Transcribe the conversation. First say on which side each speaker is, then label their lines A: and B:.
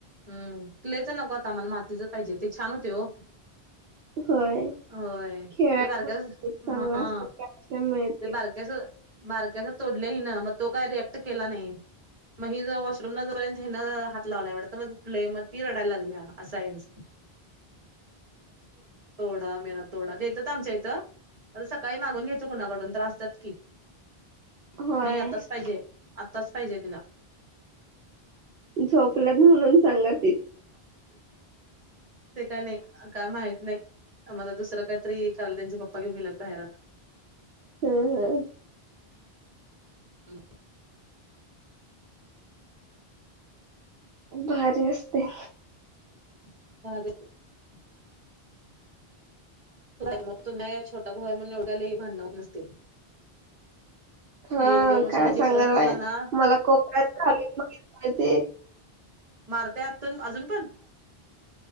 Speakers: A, on the right; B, on the right.
A: हम क्लेच नको आता आम्हाला मातीच पाहिजे ते छान होते हो....
B: होय
A: होय
B: खेळायला
A: ते बारक्याच
B: चांगला
A: हा
B: असतं कॅल्शियम मिळते
A: ते बारक्याच.... बारक्याच तोडलं हीन मग तो काय रिएक्ट केला नाही.... मी जरा वॉशरूम ह्यांना हात... लावलाय वाटत म तु म ती रडायला लागल्या आस आहे हेंच.... तोडा मेरा तोडा देत्यात आमच्याकड आता सकाळी मागून घ्यायच कोणाकडून तरी असत्यात की....
B: होय
A: नाही आत्ताच पाहिजे आत्ताच पाहिजे तिला....
B: झोपलात म्हणून सांगत..
A: ते काय नाही काय माहित... नाही मला दुसरं काही तरी खालद्यांचे पप्पा घेऊन गेलात बाहेरात आता....
B: हम् हम
A: हम...
B: भारी असतय.
A: <unintelligible> छोटा भाऊ आहे म्हणून एवढ्या लय भांडणं होत नसतील....
B: हं
A: हे दोन वर्षाचा
B: काय
A: डिफरन्स
B: सांगालाय
A: असला ना
B: मला कोपऱ्यात बघितलं ते...
A: मारत्या तन अजून पण..